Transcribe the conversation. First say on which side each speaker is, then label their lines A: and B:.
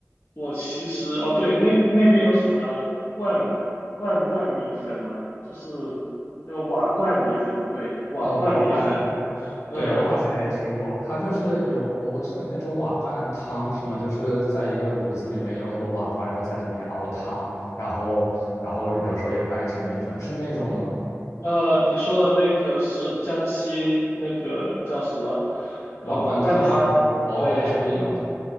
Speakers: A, on the left; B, on the left.
A: 我其实，哦，对，那那边有什么罐罐罐米粉吗？就是那个瓦罐米粉，对，瓦罐米粉。
B: 哦，瓦罐。
A: 嗯，
B: 对，我好像也听过，
A: 我
B: 它就是有我我知道有那种瓦罐汤是吗？就是在一个炉子里面有很多瓦罐，然后在里面熬汤，然后然后有时候也拌一些米粉，是那种吗？
A: 呃，你说的那个是江西那个叫什么？呃，
B: 瓦罐汤是吗？
A: 瓦罐汤，
B: 哦，
A: 对。
B: 还是不一样的